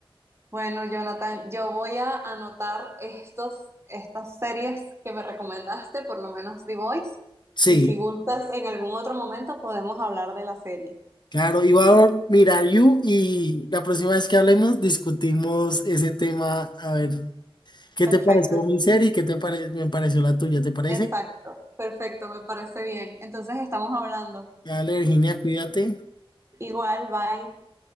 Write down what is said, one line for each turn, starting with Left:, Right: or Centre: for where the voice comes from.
Right: Bueno, Jonathan, yo voy a anotar estos, estas series que me recomendaste, por lo menos The Voice,
Left: Sí,
Right: y si gustas, en algún otro momento podemos hablar de la serie.
Left: claro, iba a mirar You y la próxima vez que hablemos discutimos ese tema, a ver. ¿Qué
Right: Perfecto,
Left: te pareció mi serie? ¿Qué te pare- me pareció la tuya? ¿Te parece?
Right: exacto, perfecto, me parece bien. Entonces estamos hablando.
Left: Dale, Virginia, cuídate.
Right: Igual, bye.